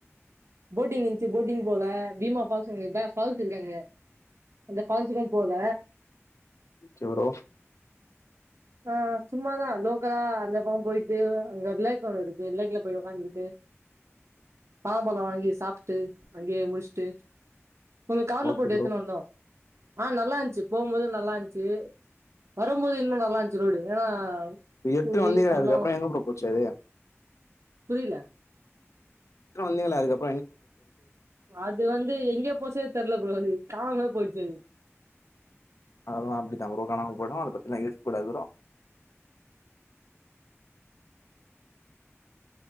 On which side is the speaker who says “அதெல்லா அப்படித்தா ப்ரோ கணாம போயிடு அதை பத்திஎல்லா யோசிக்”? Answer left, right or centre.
Left